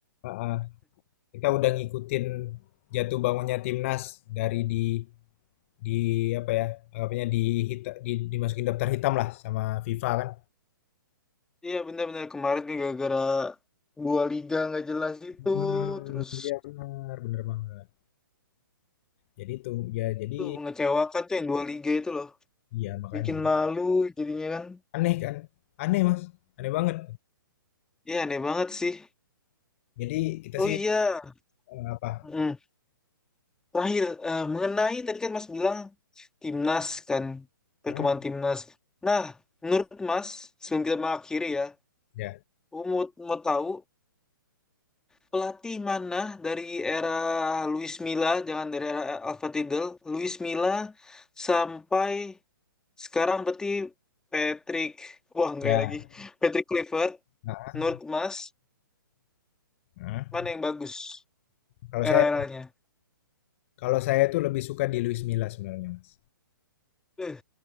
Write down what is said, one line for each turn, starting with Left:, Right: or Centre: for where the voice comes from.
Left: heeh, kita udah ngikutin jatuh bangunnya timnas dari di di apa ya, anggapannya di hita di dimasukin daftar hitam lah sama FIFA kan.
Centre: Iya benar-benar kemarin kan gara-gara dua liga nggak jelas itu,
Left: hmm
Centre: terus
Left: iya benar bener banget. Jadi itu, ya jadi
Centre: tuh mengecewakan tuh yang dua liga itu loh,
Left: iya makanya.
Centre: bikin malu jadinya kan.
Left: Aneh kan? Aneh, Mas, aneh banget.
Centre: Iya aneh banget sih.
Left: Jadi kita
Centre: Oh
Left: sih,
Centre: iya,
Left: eee, apa
Centre: Mm. Terakhir eh, mengenai tadi kan Mas bilang timnas kan perkembangan
Left: mhm,
Centre: timnas. Nah, menurut Mas sebelum kita mengakhiri ya,
Left: ya
Centre: aku mau, mau tahu Pelatih mana dari era Luis Milla, jangan dari era Alfa Tidal, Luis Milla sampai sekarang berarti Patrick, wah enggak
Left: ya,
Centre: ya lagi, Patrick Clifford,
Left: heeh
Centre: Nur Mas,
Left: heeh.
Centre: mana yang bagus
Left: Kalau
Centre: era-eranya?
Left: saya kalau saya tuh lebih suka di Luis Milla sebenarnya, Mas.
Centre: Eh,